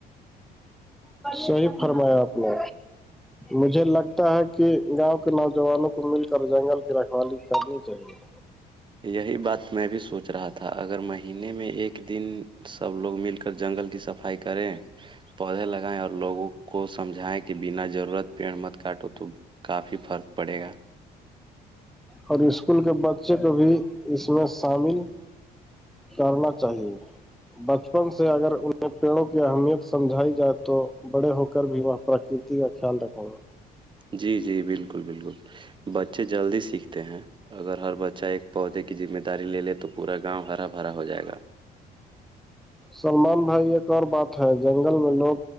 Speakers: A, in the centre; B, on the right.
A: صحیح فرمایا آپ نے مجھے لگتا ہے کہ گاؤں کے نوجوانوں کو مل کر جنگل کی رکھوالی کرنی چاہیے
B: یہی بات میں بھی سوچ رہا تھا اگر مہینے میں ایک دن سب لوگ مل کر جنگل کی صفائی کریں پودے لگائےیں اور لوگوں کو سمجھائیں کہ بنا ضرورت پیڑ مت کاٹو تو کافی فرق پڑے گا
A: اور اسکول کے بچے کو بھی اس میں شامل کرنا چاہیے بچپن سے اگر انہیں پیڑوں کی اہمیت سمجھائی جائے تو بڑے ہو کر بھی وہاں پراکرتی کا خیال رکھو گا
B: جی جی بالکل بالکل بچے جلدی سیکھتے ہیں اگر ہر بچہ ایک پودے کی ذمہ داری لے لے تو پورا گاؤں ہرا بھرا ہو جائے گا
A: سلمان بھائی ایک اور بات ہے جنگل میں لوگ